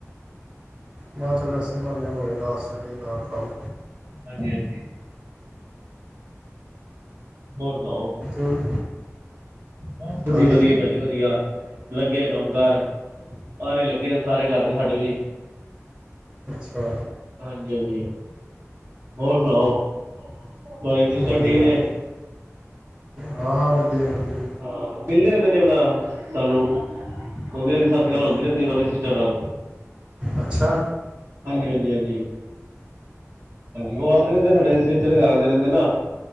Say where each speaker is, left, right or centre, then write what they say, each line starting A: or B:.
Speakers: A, on the right (about 15°); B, on the right (about 55°).
A: ਮੈਂ ਚਲੋ ਇਸੇ ਬਣਨੇ ਹੋਏ ਨਾਲ ਸਟੱਡੀ ਨਾਲ ਕੰਮ
B: ਹਾਂਜੀ ਹਾਂਜੀ ਬਹੁਤ ਸੁਣਾਓ
A: ਕੰਮ
B: ਬਸ ਵਧੀਆ
A: ਹਾਂਜੀ
B: ਵਧੀਆ ਭਾਜੀ ਵਧੀਆ ਲੱਗਿਆ ਕੰਮ ਘਰ ਹਾਰੇ ਲੱਗੇ ਸਾਰੇ ਕਰਦੇ ਸਾਡੇ ਵੀ
A: ਅੱਛਾ
B: ਹਾਂਜੀ ਹਾਂਜੀ ਹੋਰ ਸੁਣਾਓ ਤੁ
A: ਵਧੀਆ
B: ਸਟਰ ਠੀਕ ਨੇ
A: ਹਾਂਜੀ ਹਾਂ ਹਾਂ ਵਧੀਆ ਵਧੀਆ
B: ਹਾਂ ਮਿਲਦੇ ਰਹਿੰਦੇ ਨੇ ਆਪਣਾ ਸਾਨੂੰ ਅੱਗੇ ਦੀ ਸਤਿ ਸ਼੍ਰੀ ਅਕਾਲ
A: ਅੱਛ-
B: ਹੁੰਦੀ ਰਹਿੰਦੀ ਹੈ ਤੁਹਾਡੀ ਸਿਸਟਰ ਨਾਲ
A: ਅੱਛਾ
B: ਹਾਂਜੀ ਹਾਂਜੀ ਉਹ ਆਉਂਦੇ ਰਹਿੰਦੇ ਨੇ ਸਾਡੇ ਸਿਸਟਰ ਦ ਘ ਆਉਂਦੇ ਰਹਿੰਦੇ ਨਾ